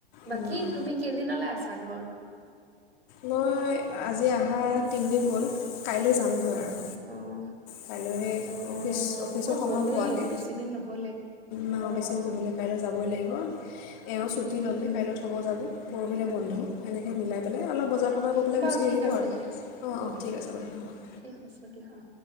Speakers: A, on the left; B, on the right.
A: উম।
B: বাকী তুমি কেইদিনলৈ আছা? ঘৰ।
A: মই আজি আহা তিনিদিন হ'ল, কাইলৈ যামগৈ আৰু।
B: অ',
A: কাইলৈ
B: অ',
A: অফিচ অফিচৰ
B: অ',
A: সময়
B: হ'লেই
A: পোৱাকে,
B: বেছি দিন নহ'লে
A: মা
B: অ',
A: বেছি
B: অ',
A: নহ'লে কাইলৈ যাবগে লাগিব। ভুম এওঁ ছুটি ল'লে
B: উম,
A: কাইলৈ থব যাব। পৰহিলৈ বন্ধ, এনেকৈ মিলাই পেলাই অলপ বজাৰ
B: অ
A: সমাৰ কৰি পেলাই
B: বাৰু
A: গুচি
B: ঠিক
A: আহিব
B: আছে
A: আৰু
B: দিয়া,
A: অঁ অঁ
B: অ
A: ঠিক আছে
B: অ
A: বাৰু অঁ
B: ঠিক আছে দিয়া অ